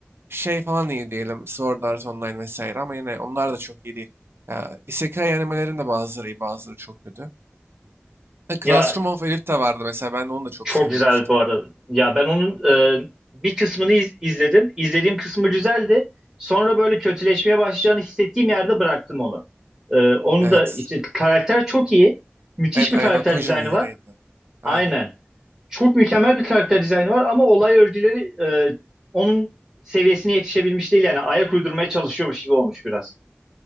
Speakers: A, on the right; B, on the right.
A: şey falan iyi diyelim. Sword Art Online vesaire ama yine onlar da çok iyi değil. Ya, Isekai animelerin de bazıları iyi, bazıları çok kötü. Ha,
B: Ya
A: Classroom of Elif de vardı mesela. Ben de onu da çok
B: Çok
A: sevmemiştim.
B: güzel bu arada. Ya ben onun e, bir kısmını iz- izledim. İzlediğim kısmı güzeldi. Sonra böyle kötüleşmeye başlayacağını hissettiğim yerde bıraktım onu. E, onu
A: Evet.
B: da işte karakter çok iyi. Müthiş
A: Evet,
B: bir
A: Ayano
B: karakter
A: Koji
B: dizaynı
A: mıydı
B: var.
A: neydi? Aynen.
B: Aynen. Çok mükemmel bir karakter dizaynı var ama olay örgüleri e, onun seviyesine yetişebilmiş değil yani ayak uydurmaya çalışıyormuş gibi olmuş biraz.